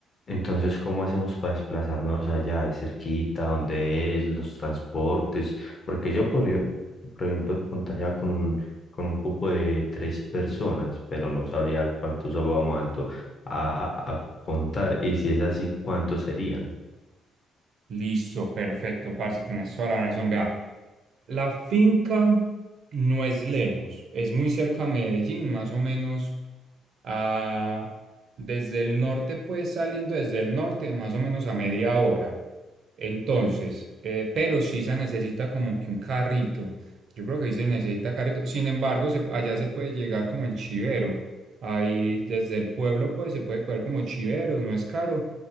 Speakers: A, on the left; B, on the right.
A: Entonces, ¿cómo hacemos para desplazarnos allá? ¿Es cerquita? ¿Dónde es? ¿Los transportes? Porque yo, por, por ejemplo, contaría con un, con un cupo de tres personas, pero no sabría cuántos vamos a, ento- a- a contar. Y si es así, ¿cuántos serían?
B: Listo, perfecto, parce, tienes toda la razón. Vea, la finca no es lejos, es muy cerca a Medellín, más o menos a- desde el norte, pues saliendo desde el norte, más o menos a media hora. Entonces, eh, pero sí se necesita como que un carrito. Yo creo que ahí se necesita carrito. Sin embargo, se- allá se puede llegar como en Chivero. Ahí desde el pueblo, pues se puede coger como Chiveros, no es caro.